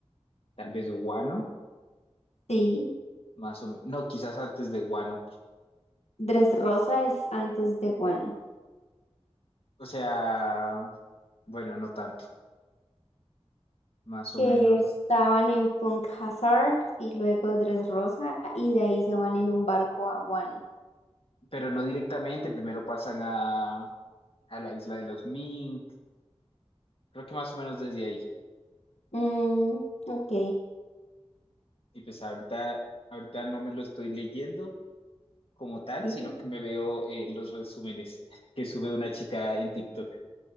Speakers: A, on the left; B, on the left.
A: tal vez Wano,
B: Sí,
A: más o menos, no, quizás antes de Wano.
B: Dressrosa es antes de Wano.
A: O sea, bueno, no tanto, más
B: que
A: o menos.
B: estaban en Punk Hazard y luego Dress Rosa y de ahí se van en un barco a Guano.
A: pero no directamente, primero pasan a, a la isla de los Mink, creo que más o menos desde ahí.
B: Mm, ok.
A: Y pues ahorita, ahorita no me lo estoy leyendo como tal,
B: Sí.
A: sino que me veo eh, los resúmenes que sube una chica en TikTok.